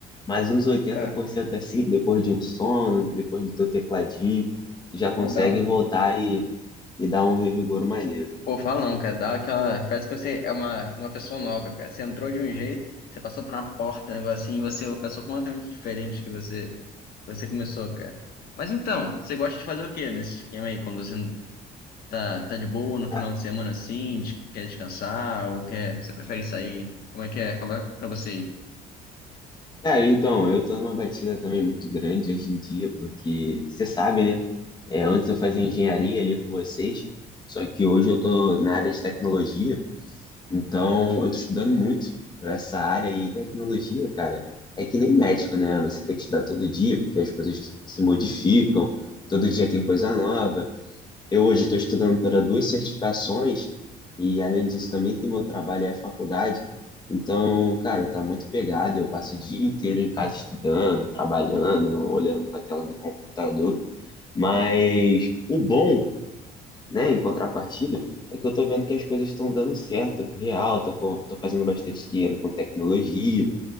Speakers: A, on the left; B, on the left.
A: mas uns oitenta
B: É,
A: por cento assim, depois de um sono, depois do teu tecladinho, tu já consegue
B: vou dar um.
A: voltar e, e dar um revigor maneiro.
B: Pô, fala não, cara. Dá aquela. Parece que você é uma, uma pessoa nova, cara. Você entrou de um jeito, você passou por uma porta, um negócio assim, e você é uma pessoa completamente diferente que você, você começou, cara. Mas então, você gosta de fazer o quê nesse esquema aí, quando você Tá, tá de boa no
A: Ah,
B: final de semana assim? des- Quer descansar ou quer? Você prefere sair? Como é que é? Como é pra você ir?
A: Cara, então, eu tô numa batida também muito grande hoje em dia, porque você sabe, né? É, antes eu fazia engenharia ali com vocês, só que hoje eu tô na área de tecnologia, então eu tô estudando muito pra essa área e tecnologia, cara, é que nem médico, né? Você tem que estudar todo dia, porque as coisas se modificam, todo dia tem coisa nova. Eu hoje estou estudando para duas certificações e, além disso, também tem meu trabalho e a faculdade. Então, cara, tá muito pegado. Eu passo o dia inteiro em casa estudando, trabalhando, olhando para a tela do computador. Mas o bom, né, em contrapartida, é que eu tô vendo que as coisas estão dando certo, real. Tô, com- tô fazendo bastante dinheiro com tecnologia.